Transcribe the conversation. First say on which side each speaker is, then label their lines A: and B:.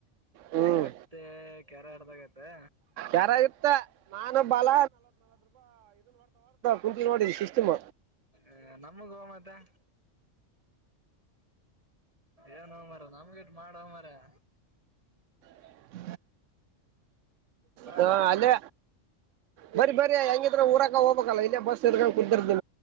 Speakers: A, on the right; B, on the right.
A: ಹ್ಮ್
B: ಮತ್ತೆ ಕೆರೆ ಒಡ್ದಾಗೈತೆ
A: ಯಾರಾಗಿತ್ತ ನಾನ ಬಲ ಕುಂತಿ ನೋಡಿ ಸಿಸ್ಟಮ್
B: ಹ ನಮ್ಮ ಗೋ ಮಾತೆ ಏನ ಮರ ನಮ್ಗೇಟ್ ಮಾಡುವ ಮರಯ
A: <inaudible>
B: ಬರಂದ
A: ಹಾ ಅಲ್ಲೇ ಬರರಿ ಬರಿ ಹೆಂಗಿದ್ರ ಊರಾಕ ಹೋಗಬೇಕಲ್ಲ ಇಲ್ಲೇ ಬಸ್ ಎ ಕುಂದರ್